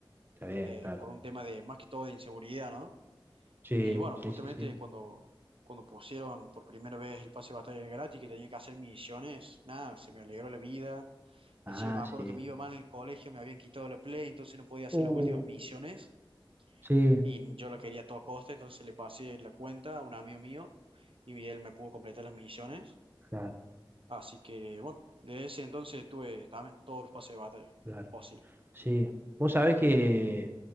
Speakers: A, on the right; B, on the right.
A: está bien,
B: eh,
A: claro.
B: por un tema de, más que todo, de inseguridad, ¿no?
A: Sí,
B: Y bueno, justamente
A: sí, sí, sí.
B: cuando, cuando pusieron por primera vez el pase de batalla gratis, que tenía que hacer misiones, nada, se me alegró la vida. Encima
A: Ah,
B: me acuerdo
A: sí.
B: que me iba mal en el colegio, me habían quitado la play, entonces no podía hacer
A: Uh.
B: las últimas misiones.
A: Sí,
B: Y yo lo quería a todo coste, entonces le pasé la cuenta a un amigo mío y él me pudo completar las misiones.
A: claro,
B: Así que bueno, desde ese entonces tuve también todos los pases de batalla
A: claro.
B: posible.
A: Sí. Vos sabés que